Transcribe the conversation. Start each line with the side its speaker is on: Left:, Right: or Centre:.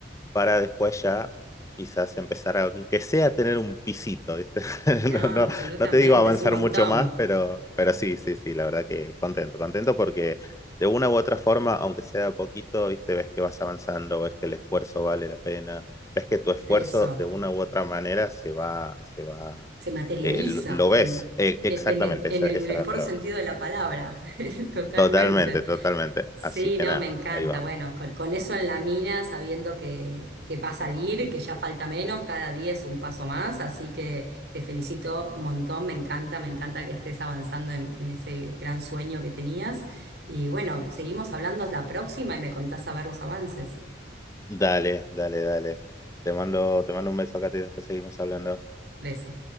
Left: para después ya quizás empezar a, aunque sea a tener un pisito, ¿viste? <laughs>
Right: no,
Left: No, no,
Right: absolutamente,
Left: no te digo avanzar
Right: es un montón.
Left: mucho más, pero, pero sí, sí, sí, la verdad que contento, contento porque de una u otra forma, aunque sea poquito, ¿viste? Ves que vas avanzando, ves que el esfuerzo vale la pena, ves que tu esfuerzo
Right: Eso,
Left: de una u otra manera se va, se va,
Right: se materializa
Left: eh, lo lo ves,
Right: en,
Left: Eh,
Right: en,
Left: exactamente,
Right: en
Left: esa,
Right: el
Left: esa
Right: mejor
Left: es la palabra.
Right: sentido de la palabra, <laughs> totalmente.
Left: Totalmente, totalmente.
Right: Sí,
Left: Así que
Right: no,
Left: nada,
Right: me encanta.
Left: ahí vamos.
Right: Bueno, con, con eso en la mira, sabiendo que, que va a salir, que ya falta menos, cada día es un paso más, así que te felicito un montón, me encanta, me encanta que estés avanzando en, en ese gran sueño que tenías. Y bueno, seguimos hablando la próxima y me contás a ver los avances.
Left: Dale, dale, dale. Te mando, te mando un beso acá y después seguimos hablando.
Right: Besos.